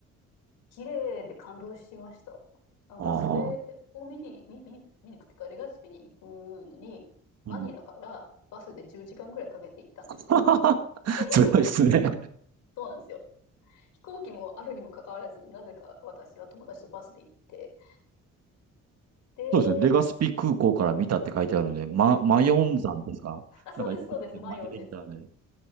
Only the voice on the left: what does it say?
綺麗で感動しました。なんかそれを見に、
見、見、見に行くっていうか、レガスピに行くのに、マニラからバスで10時間ぐらいかけて行ったんですよ。
<laughs>
そうなんですよ。飛行機もあるにもかかわらず、なぜか私は友達とバスで行って。で、
あ、そうです、そうです、マヨンです。